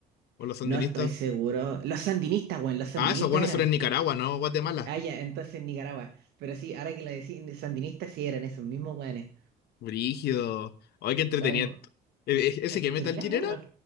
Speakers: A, on the left; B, on the right.
A: O los sandinistas.
B: No estoy seguro. Los sandinistas, weón, los sandinistas
A: Ah, esos buenos
B: eran.
A: eran en Nicaragua, ¿no? Guatemala.
B: Ah, ya, entonces Nicaragua. Pero sí, ahora que lo decís, sandinistas sí eran esos mismos weones.
A: Brígido. Ay, qué entretenido.
B: Weón,
A: ¿E- e- ¿Ese
B: es
A: que Metal
B: terrible,
A: Gear
B: bacán,
A: era?
B: weón.